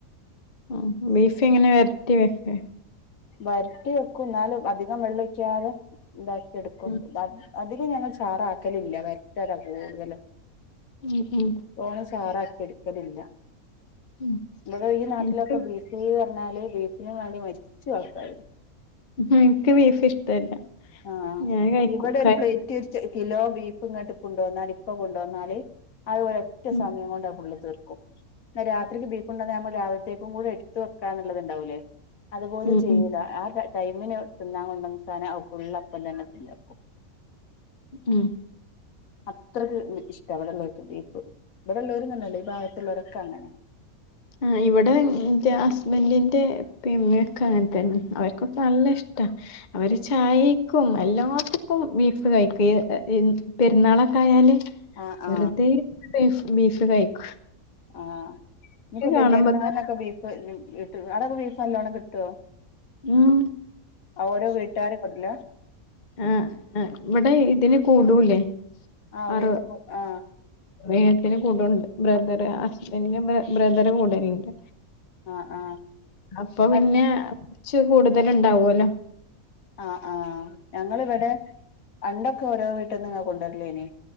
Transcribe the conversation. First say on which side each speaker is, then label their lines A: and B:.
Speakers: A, on the left; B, on the left.
A: ഉ ബീഫ് എങ്ങനെ വെരറ്റി വെക്കെ
B: വരട്ടി വെക്കും ന്നാലും അധികം വെള്ളം ഒഴിക്കാതെ ഇതാക്കി എടുക്കും
A: ഉം
B: <inaudible> അതില് ഞങ്ങൾ ചാറാക്കലില്ല വരട്ടലാ കൂടുതലും.
A: ഉം ഉം
B: തോന ചാറാക്കി എടുക്കലില്ല.
A: ഉം
B: ങ്ങളൊ ഈ നാട്ടിലൊക്കെ
A: ഇൻക്ക്
B: ബീഫ് ഫ് പറഞ്ഞാല് ബീഫിനും വേണ്ടി മരിച്ചു ആൾക്കാര്.
A: എനിക്ക് ബീഫ് ഇഷ്ടല്ല
B: ആഹ്
A: ഞാൻ കഴിക്കും
B: ഇവിടെ ഒരു
A: കഴി
B: പ്ലേറ്റ് ഒരു കിലോ ബീഫ് ഇങ്ങോട്ട് കൊണ്ട വന്നാല് ഇപ്പൊ കൊണ്ടുവന്നാല് ആത് ഒരൊറ്റ
A: ഉം
B: സമയം കൊണ്ട് അഅ് പുള്ളി തീർക്കും. ന്ന രാത്രിക്ക് ബീഫുണ്ടന്നാ നമ്മൾ രാവിലത്തേക്കും കൂടെ എട് ത്ത് വെക്കാ എന്നുള്ളത് ഉണ്ടാവൂലേ അതു പോലും
A: ഉം
B: ചെയ്യൂല.
A: ഉം
B: ആ ടൈമിന് തിന്നാൻ കൊണ്ടന്ന സാധനം അത് ഫുള്ളപ്പം തന്നെ തിന്നീർക്കും.
A: ഉം
B: അത്രയ്ക്ക് ഇഷ്ടാ വിടെള്ളോർക്ക് ബീഫ്. ഇവിടെള്ളൂരന്നന്നല്ല ഈ ഭാഗത്തുള്ളവരൊ ക്കങ്ങനാ
A: ആഹ് ഇവിടെ എന്റെ ഹസ്ബൻഡിന്റെ പ്പിം മ്മി ഒക്ക ങ്ങൻത്തന്നെ അവർക്കൊക്കെ നല്ലഷ്ടാ. അവര് ചായെ ക്കും എല്ലാത്തക്കും ബീഫ് കഴിക്കും പെരുന്നാളൊക്കെ ആയാല്
B: ആഹ് ആഹ്
A: വെറുതെ ബീഫ് ബീഫ് കഴിക്കും
B: ആഹ്
A: ഇക്ക്
B: ഇനിപ്പോ
A: കാണുമ്പോ
B: വലിയരുന്നാളിനൊക്കെ
A: തന്നെ
B: ബീഫ് കിട്ടുവോ അവിടൊക്കെ ബീഫ് നല്ലോണ്ണം കിട്ടുവോ
A: ഉം
B: ഓരോ വീട്ടുകാര് തരില്ല
A: ആഹ് ഇവിടെ ഇതിന് കൂടൂലേ
B: ആ ഉദയത്തി
A: അറ
B: ആ
A: ഏട്ടനും കൂടെണ്ട് ബ്രദറ് ഹസ്ബെന്റിന്റെ ബ്രദറ് കൂടെയുണ്ട്
B: ആ ആ
A: അപ്പൊ പിന്നെ
B: അല്ല
A: കൊറച്ച് കൂടുതല് ഉണ്ടാവൂല്ലോ
B: ആഹ് ആഹ് ഞങ്ങളിവിടെ പണ്ടൊക്കെ ഓരോ വീട്ടിൽന്ന് ഇങ്ങനെ കൊണ്ടുവരുല്ലോനി